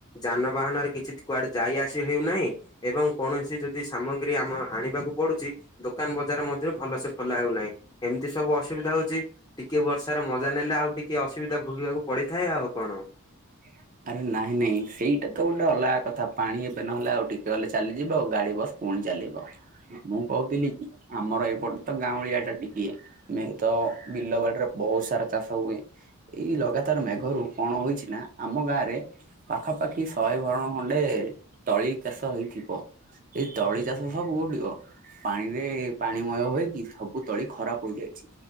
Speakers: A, on the left; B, on the right.
A: ଯାନବାହାନରେ କିଛି କୁଆଡେ ଯାଇ ଆସି ହେଉନାହିଁ। ଏବଂ କୌଣସି ଯଦି ସାମଗ୍ରୀ ଆମ ଆଣିବାକୁ ପଡୁଛି ଦୋକାନ ବଜାର ମଧ୍ୟ ଭଲସେ ଖୋଲା ହଉନାହିଁ ଏମିତି ସବୁ ଅସୁବିଧା ହଉଛି। ଟିକେ ବର୍ଷାର ମଜା ନେଲେ ଆଉ ଟିକେ ଅସୁବିଧା ଭୋଗିବାକୁ ପଡିଥାଏ ଆଉ କଣ।
B: <inaudible> ଆରେ ନାଇଁ ନାଇଁ ସେଇଟା ତ ଗୋଟେ ଅଲଗା କଥା ପାଣି ଏବେ ନହେଲେ ଆଉ ଟିକେ ଗଲେ ଚାଲିଯିବ ଆଉ ଗାଡି ବସ ପୁଣି ଚାଲିବ ମୁଁ କହୁଥିଲି କି ଆମର ଏଇପଟେ ତ ଗାଉଁଳିଆ ଟା <unintelligible> ତ ବିଲବାଡିରେ ବହୁତ ସାରା ଚାଷ ହୁଏ ଏଇ ଲଗାତାର ଘରୁ କଣ ହୋଇଚି ନା ଆମ ଗାଁରେ ପାଖାପାଖି ଶହେ ଭରଣ ଖଣ୍ଡେ ତଳି ଚାଷ ହେଇଥିବ। ଏଇ ତଳି ଚାଷ ସବୁ ଗୁଡିକ ପାଣିରେ ପାଣିମୟ ହକି ସବୁ ତଳି ଖରାପ ହୋଇଯାଇଚି